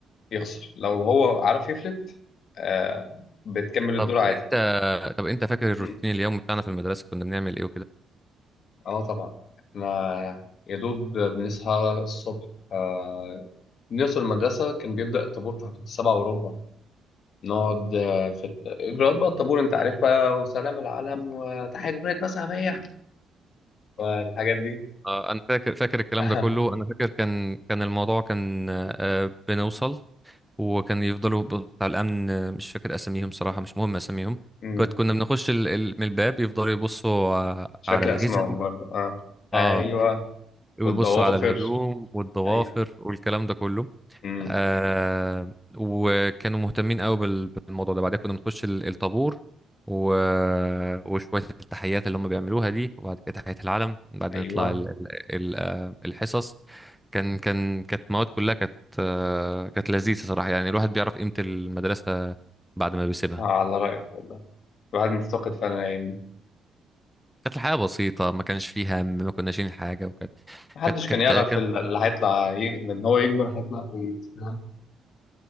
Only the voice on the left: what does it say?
يخسر لو هو عرف يفلت آه بتكمل الدور
عادي
مم.
اه طبعا احنا يا دوب بنصحى الصبح آه بنوصل المدرسة كان بيبدأ الطابور في حدود السبعة وربع نقعد آه، في الإجراءات بقى الطابور أنت عارف بقى وسلام العالم وتحية جمهورية مصر العربية والحاجات
دي
<laughs>
مم.
مش
فاكر
اسمائهم برضه اه ايوه
والضوافر
ايوه
امم
ايوه
آه على رايك والله الواحد مفتقد فعلا الايام دي
محدش
كان يعرف
ال- اللي هيطلع يج... ان هو يكبر هيطلع كويس فاهم؟